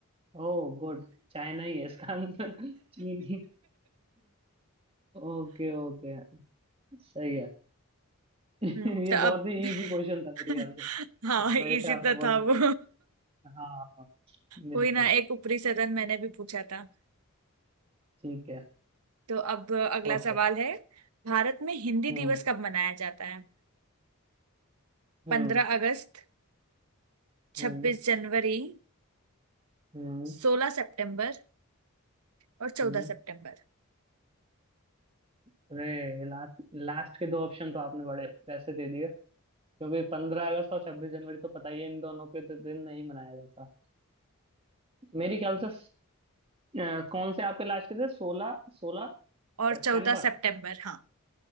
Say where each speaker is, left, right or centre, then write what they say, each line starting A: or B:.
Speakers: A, on the right; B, on the right.
A: Oh good चाइना ही है इसका आंसर चीन ही Okay okay सही है <laughs> ये
B: हम्म तो
A: बहुत
B: अब
A: ही इजी क्वेश्चन था
B: <laughs>
A: मेरे ख्याल से
B: हाँ
A: इस
B: इसी
A: वजह से आपने
B: तो
A: बहुत
B: था
A: जल्दी
B: वो
A: हाँ बिल्कुल
B: कोई ना एक ऊपरी सदन मैंने भी पूछा था
A: ठीक है
B: तो अब अगला
A: ओके
B: सवाल है भारत में हिंदी
A: हम्म
B: दिवस कब मनाया जाता है
A: हम्म
B: पंद्रह अगस्त छब्बीस
A: हम्म
B: जनवरी
A: हम्म
B: सोलह सितंबर और चौदह
A: हम्म
B: सितंबर
A: अरे लास्ट लास्ट के दो ऑप्शन तो आपने बड़े वैसे दे दिए क्योंकि पंद्रह अगस्त और छब्बीस जनवरी तो पता ही है इन दोनों के तो दिन नहीं मनाया जाता मेरे ख्याल से अ, कौन से आपके लास्ट के थे सोलह सोलह
B: और
A: सितंबर
B: चौदह सितंबर हाँ